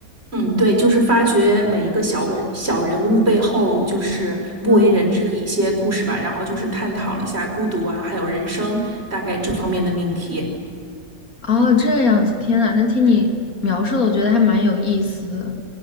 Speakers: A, on the right; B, on the left.
A: 嗯，对，就是发掘每一个小文小人物背后就是不为人知的一些故事吧，
B: 啊，
A: 然后就是探讨了一下孤独啊，还有人生大概这方面的命题。
B: 哦，这样子，天呐，那听你描述的，我觉得还蛮有意思的。